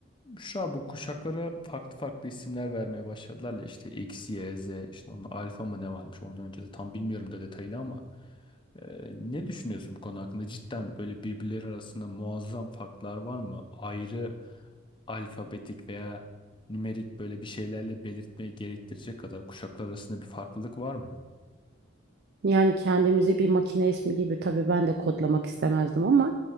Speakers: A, on the left; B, on the right.
A: Büşra bu kuşaklara farklı farklı isimler vermeye başladılar ya işte X, Y, Z işte onun alfa mı ne varmış ondan önce de tam bilmiyorum da detayını ama e, ne düşünüyorsun bu konu hakkında? Cidden böyle birbirleri arasında muazzam farklar var mı? Ayrı alfabetik veya nümerik böyle bir şeylerle belirtmeye gerektirecek kadar kuşaklar arasında bir farklılık var mı?
B: Yani kendimizi bir makine ismi gibi tabii ben de kodlamak istemezdim ama